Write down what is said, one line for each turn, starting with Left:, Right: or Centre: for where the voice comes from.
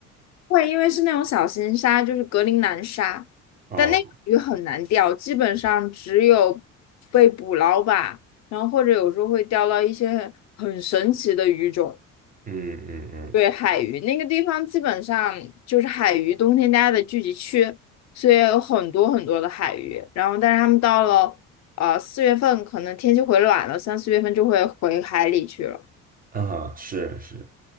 Left: 会，因为是那种小型鲨，就是格陵兰鲨，
Right: <laughs> 哦，
Left: 但那个鱼很难钓，基本上只有被捕捞吧，然后或者有时候会钓到一些很神奇的鱼种。
Right: 嗯嗯
Left: 对，海鱼那个地方基本上就是海鱼冬天大家的聚集区，所以有很多很多的海鱼。然后，但是他们到了呃四月份，可能天气回暖了，三四月份就会回海里去了。
Right: 嗯，啊，是是，